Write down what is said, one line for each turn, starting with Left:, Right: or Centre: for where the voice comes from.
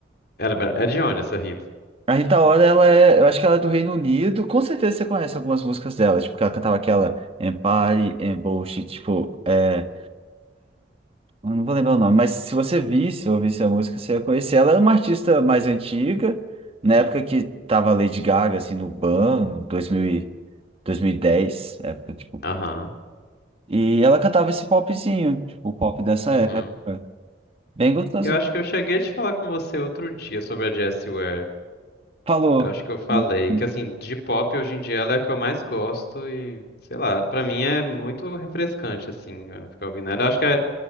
Left: Ela é bra- é de onde essa Rita?
Right: A Rita Ora, ela é, eu acho que ela é do Reino Unido. Com certeza você conhece algumas músicas dela, tipo, que ela cantava aquela Empire, Embush, tipo, é, Eu não vou lembrar o nome, mas se você visse ou ouvisse a música, você ia conhecer. Ela é uma artista mais antiga, na época que tava Lady Gaga, assim, no ban, no 2000 e- 2010, época, tipo.
Left: Aham.
Right: E ela cantava esse popzinho, tipo, o pop dessa
Left: Uhum.
Right: época. Bem gostosinho.
Left: Eu acho que eu cheguei a te falar com você outro dia sobre a Jessie Ware.
Right: Falou.
Left: Eu acho que eu falei
Right: Gostei.
Left: que assim, de pop hoje em dia ela é a que eu mais gosto e, sei lá, pra mim é muito refrescante assim, eh, ficar ouvindo ela. Eu acho que é,